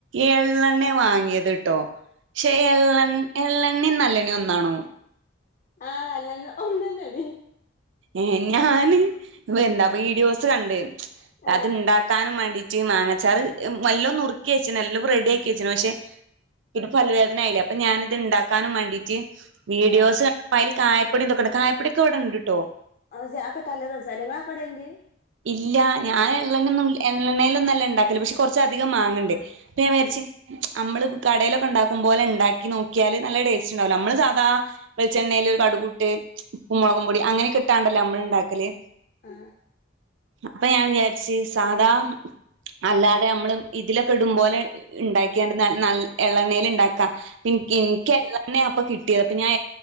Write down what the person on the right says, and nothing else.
എള്ളെണ്ണ വാങ്ങിയത്ട്ടോ പക്ഷെ എള്ളണ് എള്ളെണ്ണയും നല്ലണ്ണയും ഒന്നാണോ
ഏ ഞാന് എന്താ വീഡിയോസ് ഇത് കണ്ടേ അത്
ഇണ്ടാക്കാനും മാണ്ടി റ്റി മാങ്ങച്ചാർ നല്ല നുറുക്കി വച്ച് എല്ലാം റെഡിയാക്കി വെച്ചു പക്ഷെ ഇത് പലുവേദനയായില്ല അപ്പൊ ഞാൻ ഇത്ണ്ടാക്കാനുവേണ്ടി <unintelligible> വീഡിയോസ്
കായപ്പൊടി <unintelligible> കായപൊടിയൊക്കെ ഇവിടെണ്ട് ട്ടോ
ഇല്ല ഞാൻ എള്ളണ്ണ ഒന്നും എള്ളണ്ണേല് ഒന്നല്ല ഉണ്ടാക്കല് പക്ഷെ കുറച്ച് അധികം മാങ്ങണ്ടേ അപ്പോഞാൻവിചാരിച്
നമ്മള് കടയിലൊക്കെ ഉണ്ടാക്കും പോലെ ഉണ്ടാക്കി നോക്കിയാല് നല്ല ടേസ്റ്റ് ഉണ്ടാവല്ല നമ്മള് സാധാ വെളിച്ചെണ്ണൽ കടുകിട്ട് ഉപ്പും മുളകും പൊടി അങ്ങനെ കിട്ടാണ്ടല്ലോ നമ്മള് ഇണ്ടാക്കല്
അപ്പം ഞാൻവിചാരി പക്ഷി സാധാ അല്ലാതെ നമ്മള് ഇതിലൊക്കെ ഇടുപോലെ ഉണ്ടാക്കിയണ്ട് ന എള്ളെണേൽ ഇണ്ടാക്ക പി ഇൻക്ക് എള്ളെണ്ണ അപ്പ കിട്ടിയ ഞാൻ